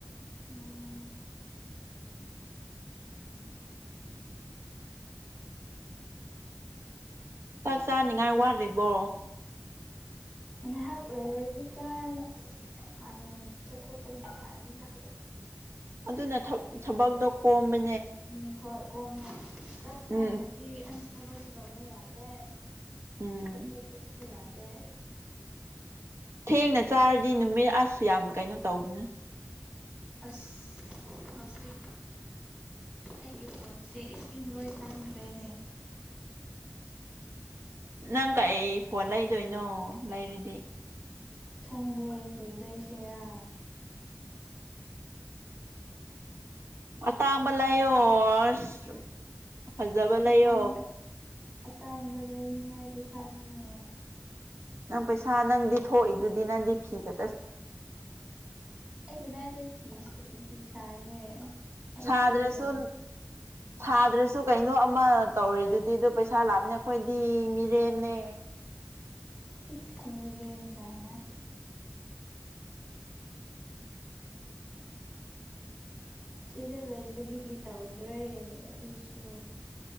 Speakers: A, on the right (about 25°); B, on the right (about 50°).
A: ꯎꯝ
B: ꯆꯥꯛ ꯆꯥꯅꯤꯉꯥꯏ ꯋꯥꯠꯂꯤꯕꯣ
A: ꯉꯥꯏꯍꯥꯛ ꯂꯩꯔꯗꯤ ꯆꯥꯔꯅꯤ ꯍꯥꯟꯅ ꯆꯠꯊꯣꯛꯄ ꯅꯨꯡ ꯍꯥꯏꯔꯦꯗ <unintelligible>
B: ꯑꯗꯨꯅ ꯊ ꯊꯕꯛꯇꯣ ꯀꯣꯝꯕ
A: ꯎꯝ ꯍꯣꯏ ꯀꯣꯃꯦ ꯆꯥꯛ ꯆꯥꯗ꯭ꯔꯗꯤ
B: ꯎꯝ
A: ꯑꯁ ꯊꯕꯛꯁꯨ ꯇꯧꯕ ꯌꯥꯗꯦ
B: ꯎꯝ
A: ꯇ ꯊꯄꯁꯨ ꯌꯥꯗ
B: ꯊꯦꯡꯅ ꯆꯥꯔꯗꯤ ꯅꯨꯃꯤꯠ ꯑꯁ ꯌꯥꯝ ꯀꯩꯅꯣ ꯇꯧꯕꯅꯦ
A: ꯑꯁ ꯍꯧꯖꯤꯛ ꯑꯩꯒꯤ ꯐꯣꯟꯁꯦ ꯏꯁꯤꯡ ꯂꯣꯏ ꯆꯪꯈ꯭ꯔꯦꯅꯦ
B: ꯅꯪ ꯀꯩ ꯐꯣꯟ ꯂꯩꯗꯣꯏꯅꯣ ꯂꯩꯔꯤꯗꯤ
A: ꯈꯪꯗꯦ ꯀꯔ꯭ꯤ ꯂꯩꯁꯦꯔ
B: ꯑꯇꯥꯡꯕ ꯂꯥꯏꯌꯣ ꯑꯁ ꯐꯖꯕ
A: ꯃꯇꯥꯡ
B: ꯂꯩꯌꯣ
A: ꯑꯇꯥꯡꯕ ꯂꯩꯅꯤꯉꯥꯏ ꯄꯩꯁꯥꯅꯤꯅꯦ
B: ꯅꯪ ꯄꯩꯁꯥ ꯅꯪꯗꯤ ꯊꯣꯛꯏꯗꯨꯗꯤ ꯅꯪꯗꯤ ꯐꯤꯒ
A: ꯑꯩ ꯀꯗꯥꯏꯗ ꯐꯤ ꯐꯤ ꯁꯥꯒꯦ ꯑꯩ
B: ꯁꯥꯗ꯭ꯔꯁꯨ
A: ꯁꯤꯗ ꯂꯩ
B: ꯁꯥꯗ꯭ꯔꯁꯨ ꯀꯩꯅꯣ ꯑꯃ ꯇꯧꯔꯤꯗꯨꯗꯤ ꯗꯨ ꯄꯩꯁꯥ ꯂꯥꯕꯅꯦ ꯀꯣꯏꯗꯤ ꯃꯤꯔꯦꯝꯅꯦ
A: ꯏꯁ ꯃꯤꯔꯦꯝ ꯀꯥꯏꯅ ꯁꯤꯗ ꯂꯩꯕꯗꯒꯤ ꯇꯧꯗ꯭ꯔꯦ ꯑꯗꯨꯁꯨ